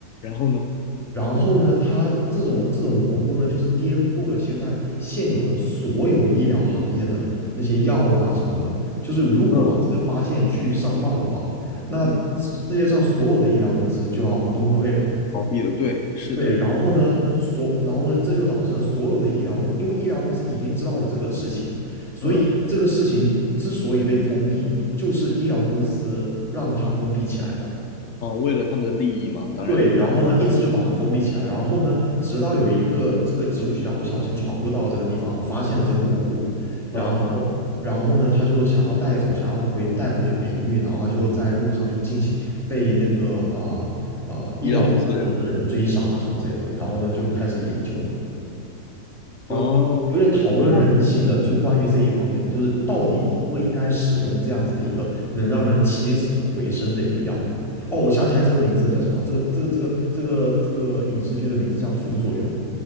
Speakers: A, on the left (about 60°); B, in the centre.
A: 然后呢？
B: 然后呢，它这种这种蘑菇呢，就是颠覆了现在现有的所有医疗行业的那些药啊什么的。就是如果把这个发现去上报的话，
A: 嗯
B: 那世界上所有的医疗公司就要崩溃了。
A: 嗯倒闭了，对，是的，
B: 对，然后呢，所然后呢，这就导致了所有的医疗公，因为医疗公司已经知道了这个事情，所以这个事情之所以被封闭，
A: 嗯
B: 就是医疗公司让它封闭起来的。
A: 哦，为了他们的利益嘛，当然，
B: 对，然后呢，一直就把它封闭起来，然后呢，直到有一个这个植物学家不小心闯入到了这个地方，然后发现了这个蘑菇，然后，
A: 嗯，嗯哼，
B: 然后呢，他就想要带走，想要回带回去培育，然后他就在路上就进行被那个啊啊、呃呃医疗的人追杀什么之类的，
A: 医疗公司。的
B: 然后呢就开始研究。就
A: 哦，
B: 有点讨论人性的，
A: 我想到
B: 就关于这一方面的，就是到底应不应该使用这样子的一个能让人起死回生的一个药。哦，我想起来这个名字叫什么？这个这个这个这个这个影视剧的名字叫《副作用》，